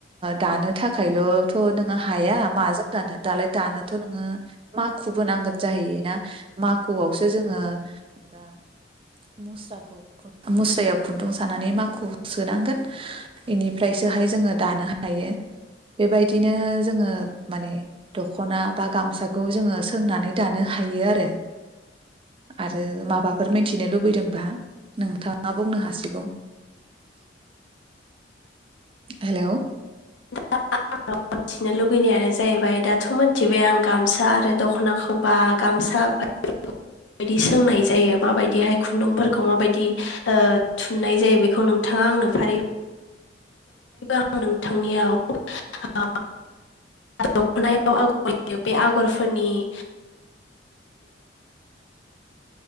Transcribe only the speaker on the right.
दानो थाखाय थाखायल'थ' नोङो हाया माजों दानो दालाय दानोथ' नोङो मााखुबो नांगोन जाहैयोना। माखुआवसो जोङो एबा मुस्राखौ मुस्रायाव खुन्दुं सानानै माखुखौ सोनांगोन बेनिफ्रायसोहाय जोङो दानो हायो। बेबायदिनो जोङो माने दख'ना बा गामसाखौ जोङो सोंनानै दानो हायो आरो आरो माबाफोर मिथिनो लुबैदोंबा नोंथाङा बुंनो हासिगौ। हेल'।